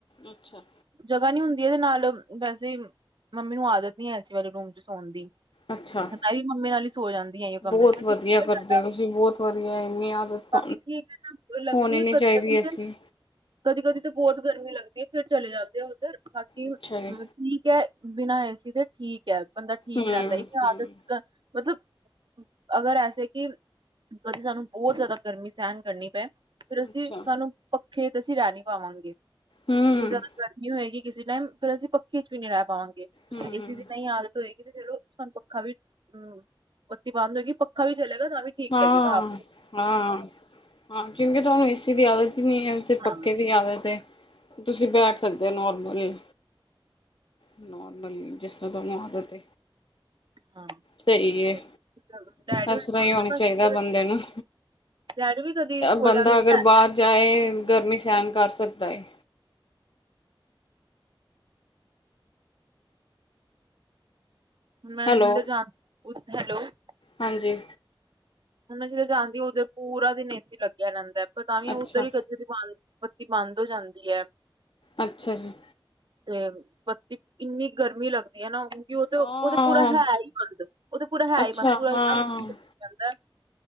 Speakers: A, on the left; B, on the right.
A: ਅੱਛਾ
B: ਜਗ੍ਹਾ ਨਹੀਂ ਹੁੰਦੀ? ਇਹਦੇ ਨਾਲ ਵੈਸੇ ਮੰਮੀ ਨੂੰ ਆਦਤ ਨੀ ਹੈ, ਏਸੀ ਵਾਲੇ ਰੂਮ ਚ ਸੋਣ ਦੀ।
A: ਅੱਛਾ
B: ਮੈਂ ਵੀ ਮੰਮੀ ਨਾਲ ਹੀ ਸੋ ਜਾਂਦੀ ਆ, ਇਸ ਕਮਰੇ
A: ਬਹੁਤ
B: ਚ ਸਾਡਾ
A: ਵਧੀਆ ਕਰਦੇ ਹੋ ਤੁਸੀਂ ਬਹੁਤ ਵਧੀਆ ਇੰਨੀ ਆਦਤ
B: ਬਾਕੀ ਠੀਕ ਹੈ ਲੱਗਦੀ
A: ਹੋਣੀ
B: ਹੈ
A: ਨੀ
B: ਕ
A: ਚਾਹੀਦੀ
B: ਕਦੀ
A: ਏਸੀ
B: ਕਦੀ ਕਦੀ ਤਾਂ ਬਹੁਤ ਗਰਮੀ ਲੱਗਦੀ <inaudible> ਵੀ ਫੇਰ ਚਲੇ ਜਾਂਦੇ ਆ, ਉੱਧਰ। ਬਾਕੀ,
A: ਅੱਛਾ
B: ਹ
A: ਜੀ
B: ਠੀਕ ਹੈ। ਬਿਨਾਂ ਏਸੀ ਦੇ ਠੀਕ ਹੈ। ਬੰਦਾ ਠੀਕ
A: ਹੂੰ
B: ਰਹਿੰਦਾ ਇ,
A: ਹੂੰ
B: ਆਦਤ ਮਤਲਬ, ਅਗਰ ਐਸੇ ਕਿ, ਕਦੇ ਸਾਨੂੰ ਬਹੁਤ ਜ਼ਿਆਦਾ ਗਰਮੀ ਸਹਿਨ ਕਰਨੀ ਪਏ ਫਿਰ, ਅਸੀਂ
A: ਅੱਛਾ
B: ਸਾਨੂੰ ੇ ਅਸੀਂ ਰਾਣੀ ਪਾਵਾਂਗੇ <inaudible>
A: ਹੂੰ
B: ਇੰਨੀ ਜ਼ਿਆਦਾ ਗਰਮੀ ਹੋਏਗੀ? ਕਿਸੇ ਟਾਈਮ ਫਿਰ ਅਸੀਂ, ਪੱਖੀ ਚ ਵੀ ਨਹੀਂ ਰਹਿ ਪਾਵਾਂਗੇ।
A: ਹੂੰ
B: ਇਸਏ ਦੀ ਨਹੀਂ ਆਦਤ ਹੋਏਗੀ <inaudible> ਜਦੋ ਸਾਨੂੰ ਪੱਖਾ ਵੀ, ਹਮ ਬੱਤੀ ਬੰਦ ਹੋਏਗੀ ਪੱਖਾ ਵੀ ਚਲੇਗਾ, ਤਾਂ ਵੀ ਠੀਕ
A: ਹਾਂ
B: ਲਗੇਗਾ ਆਪ
A: ਹਾਂ -ਹਾਂ ਕਿਂਉਂਕੀ ਤੁਹਾਨੂੰ ਏਸੀ ਦੀ ਆਦਤ ਪੱਕੇ
B: ਹਾਂ
A: ਵੀ ਆਦ ਤੇ <inaudible> ਤੁਸੀਂ ਬੈਠ ਸਕਦੇ ਹੋ, ਨਰਮਲ ਨ <inaudible> ਮਤਲਬ, ਜਿਸ੍ਹਾਂ ਤੁਹਾਨੂੰ ਆਦਤ
B: ਹਾਂ
A: ਸਹੀ ਏ,
B: ਤੇ ਡੈਡੀ
A: ਇਸਸਰ
B: ਹੋਰੀ ਸੌਂਦੇ
A: ਹੀ ਹੋਣੀ
B: ਬਸ
A: ਬੰਦੇ ਨੂੰ,
B: ਡੈਡੀ ਵੀ ਕਦੀ ਸੋ
A: ਬੰਦਾ
B: ਜਾਂਦੇ
A: ਅਗਰ
B: ਹੈ
A: ਬਾਹਰ ਜਾਏ। ਗਰਮੀ ਸਹਿਣ ਕਰ ਸਕਦਾ ਏ।
B: ਮੈਂ
A: ਹੈਲੋ
B: ਜਧਰ ਜਾ ਹੈਲੋ <inaudible>
A: ਹਾਂਜੀ
B: ਹੁਣ ਜਦੋਂ ਜਾਂਦੀ, ਉਥੇ ਪੂਰਾ ਦਿਨ ਏਸੀ ਲੱਗਿਆ ਰਿੰਦੈ। ਪਤਾ ਤਾਂ ਵੀ
A: ਅੱਛਾ
B: ਉਹ ਉੱਧਰ ਹੀ ਗੱਜੂ ਦੀ ਪਾ <inaudible> ਤੇ ਬੰਦ ਹੋ ਜਾਂਦੀ ਹੈ
A: ਅੱਛਾ ਜੀ
B: ਤੇ ਬੱਤੀ ਇੰਨੀ ਗਰਮੀ ਲੱਗਦੀ ਹੈ ਨਾ ਕਿ ਉਹ ਤੇ
A: ਹਾਂ
B: ਉਹਦੇ ਪੂਰਾ ਹੈ ਹੀ ਬੰਦ ਉਹਦਾ ਪੂਰਾ ਹੈ
A: ਅੱਛਾ
B: ਹੀ ਬਦ ਪੂਰਾ
A: ਹਾਂ
B: ਜਾਂਦਾ